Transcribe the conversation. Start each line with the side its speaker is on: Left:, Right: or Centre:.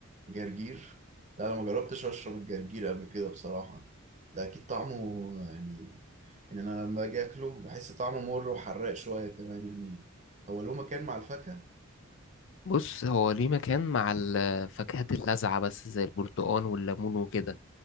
Right: جرجير لا انا ما جربتش اشرب الجرجير قبل كده بصراحة ده اكيد طعمه يعني ان انا لما اجي اكله بحس طعمه مر وحراق شوية كمان يعني هو له مكان مع الفاكهة
Left: بص هو ليه مكان مع الفاكهات اللاذعة بس زي البرتقان والليمون وكده